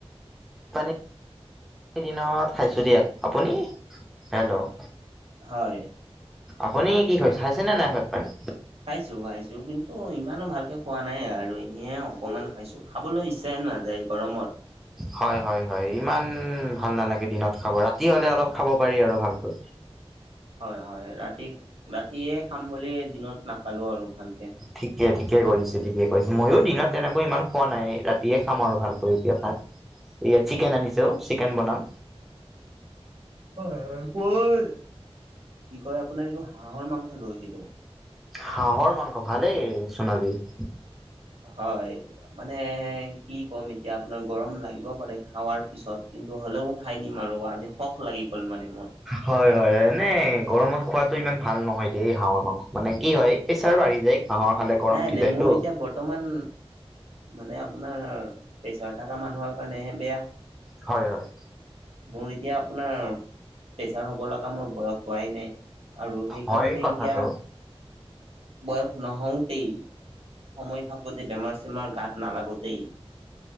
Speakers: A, in the centre; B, on the right.
A: পানী দিনত খাইছো দিয়া, আপুনি হেল্ল'-
B: হয়।
A: আপুনি কি খয় খাইছেনে নাই হয় ভাত পানী-
B: খাইছো খাইছো কিন্তু ইমানো ভালকে খোৱা নাই আৰু এনেই আঔ অকনমান খাইছো। খাবলৈ ইচ্ছাই নাযায় গৰমত।
A: হয়-হয়-হয়, ইমান ভাল নালাগে দিনত খাব ৰাতি হলে অলপ খাব পাৰি আৰু ভালকৈ।
B: হয়-হয় ৰাতি-ৰাতিয়ে খাম বুলি দিনত নাখালো আৰু ভালকে।
A: ঠিকে-ঠিকে কৰিছে ঠিকে কৰিছে, মইয়ো দিনত তেনেকৈ ইমান খোৱা নাই ৰাতিয়ে খাম আৰু ভালকৈ এতিয়া ভাত। এয়া চিকেন আনিছে অ চিকেন বনাম।
B: হয়-হয়, কৈ- কি কয় আপোনাৰ এইটো হাঁহৰ মাংস লৈ আহিলোঁ। <inaudible>
A: হাঁহৰ মাংস ভালেই চোন আজি। <inaudible>
B: হয়। মানে কি কম এতিয়া আপোনাক, গৰম লাগিব পাৰে খাৱাৰ পিছত কিন্তু হ'লেও <unintelligible> খাই দিম আৰু আজি সখ লাগি গ'ল মানে মোৰ। <inaudible>
A: হয়-হয়-হয় এনেই গৰমত খোৱাটো ইমান ভাল নহয় দেই হাঁহৰ মাংস মানে কি হয় প্ৰেছাৰ বাঢ়ি যায়, হাঁহৰ খালে। <unintelligible>
B: নাই-নাই
A: যায়তো
B: মোৰ এতিয়া <unintelligible> বৰ্তমান মানে আপোনাৰ প্ৰেছাৰ থকা মানুহৰ কাৰণেহে বেয়া। <inaudible>
A: হয়-হয়।
B: মোৰ এতিয়া আপোনাৰ প্ৰেছাৰ হ'ব লগা মোৰ বয়স হোৱাই নাই। আৰু সেইকাৰণে
A: হয় কথাটো
B: এতিয়া <inaudible> বয়স নহওঁতেই সময় থাকোঁতে বেমাৰ-চেমাৰ গাত নালাগোতেই <unintelligible>